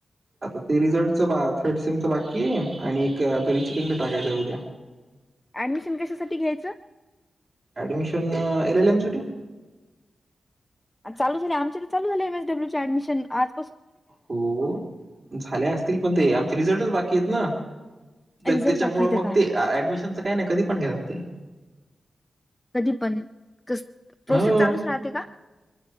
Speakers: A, on the right (about 50°); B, on the left (about 15°).
A: आता ते रिझल्टच थर्ड सेमच बाकी आहे आणि एक तर रिचिकंग टाकायचंय उद्या.
B: ऍडमिशन कशासाठी घ्यायचं?
A: ऍडमिशन एल एल एम साठी.
B: चालू झाले आमचे तर चालू झाले एम एस डब्ल्यू चे ऍडमिशन आज.
A: हो झाले असतील पण ते आमचे रिझल्टच बाकी आहेत ना. त्याचा
B: रिझल्ट बाकी
A: मुळे
B: तर
A: मग
B: काय
A: ते ऍडमिशन च काय नाही कधी पण घेतात ते.
B: कधी पण, स प्रोसेस
A: हो
B: चालूच राहते का?